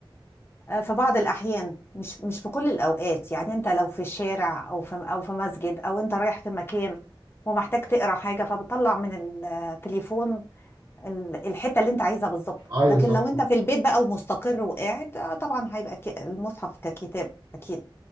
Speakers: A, on the left (about 25°); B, on the right (about 40°).
A: آه، في بعض الأحيان مش مش في كل الأوقات يعني أنت لو في الشارع أو في أو في مسجد أو أنت رايح في مكان ومحتاج تقرأ حاجة فبتطلع من التليفون ال- الحتة اللي أنت عايزها بالظبط
B: ايوه
A: لكن
B: صح
A: لو
B: صح
A: أنت في البيت بقى ومستقر وقاعد آه، طبعا هيبقى ك- المصحف ككتاب أكيد